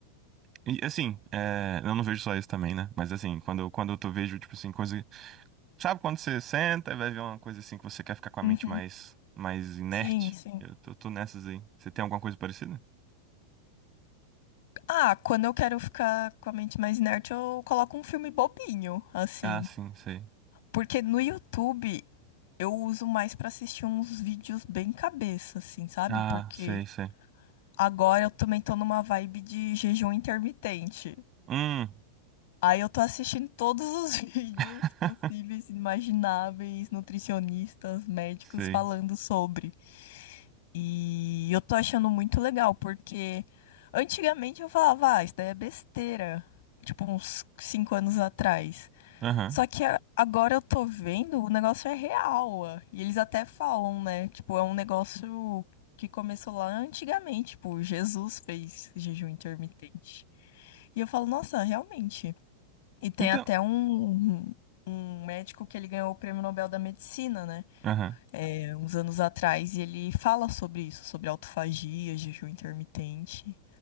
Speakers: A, on the right; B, on the left.
A: E assim, é, eu não vejo só isso também, né? Mas assim, quando eu, quando eu tô, vejo, tipo assim, coisa. Sabe quando você senta e vai ver uma coisa assim que você quer ficar com a
B: Uhum.
A: mente mais, mais inerte?
B: Sim, sim.
A: Eu tô, tô nessas aí. Você tem alguma coisa parecida?
B: Ah, quando eu quero ficar com a mente mais inerte, eu coloco um filme bobinho, assim.
A: Ah, sim, sei.
B: Porque no YouTube eu uso mais pra assistir uns vídeos bem cabeça, assim, sabe?
A: Ah,
B: Porque
A: sei, sei.
B: agora eu também tô numa vibe de jejum intermitente.
A: Hum,
B: Aí eu tô assistindo todos os <laughs> vídeos
A: <laughs>
B: possíveis, imagináveis, nutricionistas, médicos
A: sei.
B: falando sobre. E eu tô achando muito legal, porque antigamente eu falava, ah, isso daí é besteira. Tipo, uns cinco anos atrás.
A: Aham.
B: Só que a- agora eu tô vendo, o negócio é real. ó. E eles até falam, né? Tipo, é um negócio que começou lá antigamente. Tipo, Jesus fez jejum intermitente. E eu falo, nossa, realmente. E tem
A: Então.
B: até um, um um médico que ele ganhou o Prêmio Nobel da Medicina, né?
A: Aham.
B: É, uns anos atrás, e ele fala sobre isso, sobre autofagia, jejum intermitente.